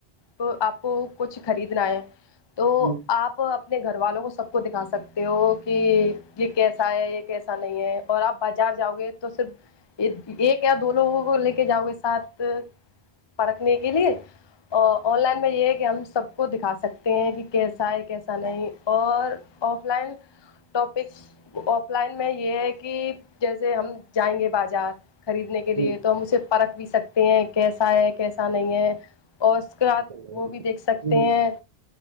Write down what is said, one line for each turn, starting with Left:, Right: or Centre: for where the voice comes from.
Left: کو آپ کو کچھ خریدنا ہے تو
Right: جی
Left: آپ اپنے گھر والوں کو سب کو دکھا سکتے ہو کہ یہ کیسا ہے یہ کیسا نہیں ہے اور آپ بازار جاؤ گے تو صرف ایک یا دو لوگوں کو لے کے جاؤ گے ساتھ پرکھنے کے لیے آن لائن میں یہ ہے کہ ہم سب کو دکھا سکتے ہیں کہ کیسا ہے کیسا نہیں اور offline topics offline میں یہ ہے کہ جیسے ہم جائیں گے بازار خریدنے کے لیے
Right: جی
Left: تو ہم اسے پرکھ بھی سکتے ہیں کیسا ہے کیسا نہیں ہے اور اس کے بعد
Right: جی
Left: وہ بھی دیکھ سک سکتے ہیں